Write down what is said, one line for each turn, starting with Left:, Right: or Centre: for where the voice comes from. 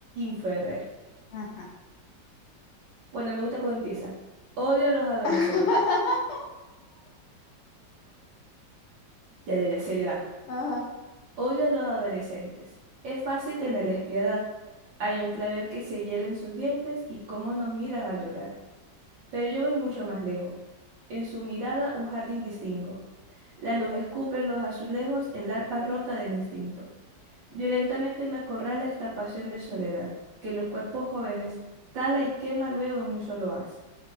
Right: Ferrer.
Left: Ajá.
Right: Bueno, me gusta cómo empieza. Odio a los adolescentes.
Left: <laughs>
Right: Ya, ya, ya, seriedad.
Left: Ajá.
Right: Odio a los adolescentes. Es fácil tenerles piedad. Hay un clavel que se hielen sus dientes y cómo nos miran al llorar. Pero yo voy mucho más lejos. En su mirada un jardín distingo. La luz escupe en los azulejos el arpa rota del instinto. Violentamente me acorrala esta pasión de soledad, que los cuerpos jóvenes tala y quema luego en un solo haz.